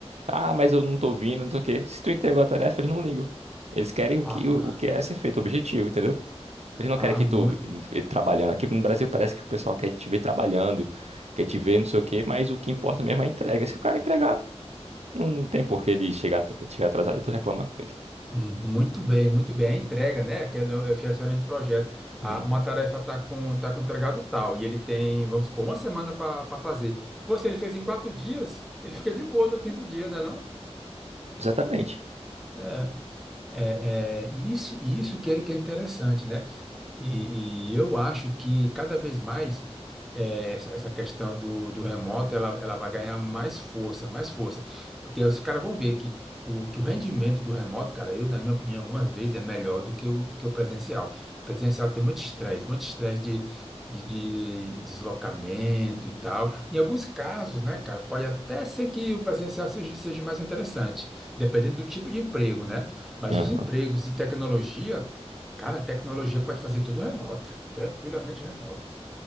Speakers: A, on the right; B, in the centre.
A: Ah, mas eu não tô vindo, não tô o quê. Se tu entregou a tarefa, eles não ligam. Eles querem o
B: há,
A: que, o que é ser feito, o objetivo, entendeu? Eles não
B: há
A: querem que
B: muito.
A: tu vê trabalhando. Aqui no Brasil parece que o pessoal quer te ver trabalhando, quer te ver não sei o quê, mas o que importa mesmo é a entrega. Se o cara entregar, não, não tem por que ele chegar, at- chegar atrasado e tu reclamar com ele.
B: Muito bem, muito bem. A entrega, né? Que é o gerenciamento de projeto. Ah,
A: Uhum.
B: uma tarefa está com, tá com o empregado tal, e ele tem, vamos supor, uma semana para fazer. Você, ele fez em quatro dias, ele fica de boa no quinto dia, né, não?
A: Exatamente.
B: É, é, é, isso, isso que é, que é interessante, né? E, e eu acho que cada vez mais eh, essa, essa questão do, do remoto ela, ela vai ganhar mais força, mais força. Porque os caras vão ver que o, que o rendimento do remoto, cara, eu, na minha opinião, algumas vezes é melhor do que o, do que o presencial. O presencial tem muito estresse, muito estresse de, de, de deslocamento e tal. Em alguns casos, né, cara, pode até ser que o presencial seja, seja mais interessante, dependendo do tipo de emprego, né? Mas
A: Aham.
B: os empregos de tecnologia. Cara, a tecnologia pode fazer tudo remoto, tranquilamente remoto.